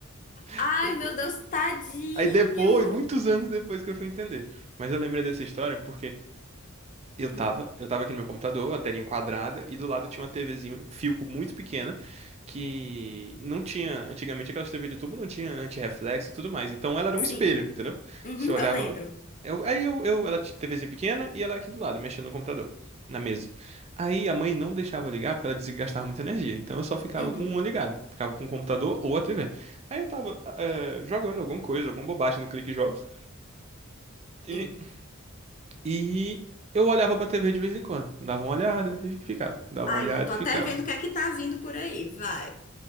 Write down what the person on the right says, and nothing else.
<laughs>
Mas,
é,
Aí depois, muitos anos depois que eu fui entender. Mas eu lembrei dessa história porque. Eu tava,
eu tava aqui no meu computador, a telinha quadrada, e do lado tinha uma TVzinha, Philco muito pequena, que não tinha, antigamente aquelas TV de tubo não tinha antirreflexo e tudo mais, então ela era
um espelho, entendeu?
Você olhava,
eu, aí eu, eu, ela tinha TVzinha pequena e ela aqui do lado, mexendo no computador, na mesa. Aí a mãe não deixava eu ligar porque ela dizia que gastava muita energia, então eu só ficava
com uma ligada, ficava com o computador ou a TV. Aí eu tava eh, jogando alguma coisa, alguma bobagem no Clique Jogos, e
e eu olhava pra TV de vez em quando. Dava uma olhada e ficava. Dava
uma olhada
e ficava.